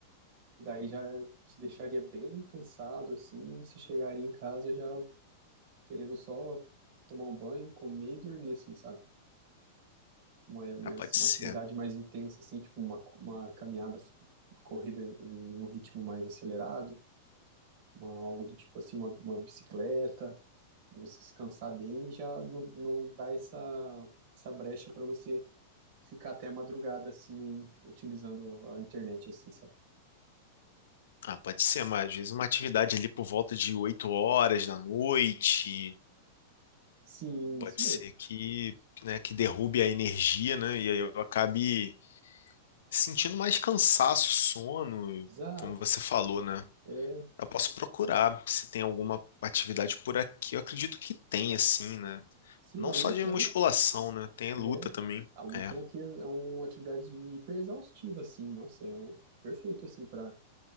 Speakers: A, on the right; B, on the left.
A: Daí já te deixaria bem cansado, assim, e você chegaria em casa já querendo só tomar um banho, comer e dormir, assim, sabe? Uma, uma,
B: Ah, pode
A: uma
B: ser.
A: atividade mais intensa, assim, tipo uma, uma caminhada, uma corrida em um, em um ritmo mais acelerado, uma, algo do tipo assim, uma, uma bicicleta, para você se cansar bem, já não, não dá essa, essa brecha para você ficar até a madrugada, assim, utilizando a internet, assim, sabe?
B: Ah, pode ser, mas às vezes uma atividade ali por volta de 8 horas da noite,
A: Sim,
B: pode
A: isso mesmo.
B: ser que, né, que derrube a energia, né? E aí eu acabe sentindo mais cansaço, sono,
A: Exato.
B: como você falou, né?
A: é
B: Eu posso procurar se tem alguma atividade por aqui. Eu acredito que tem, assim, né?
A: Sim,
B: Não
A: a luta,
B: só de musculação,
A: né?
B: né? Tem luta
A: É,
B: também.
A: a luta
B: É,
A: é, um, que- é uma atividade hiper exaustiva, assim. Nossa, é um, perfeito, assim, para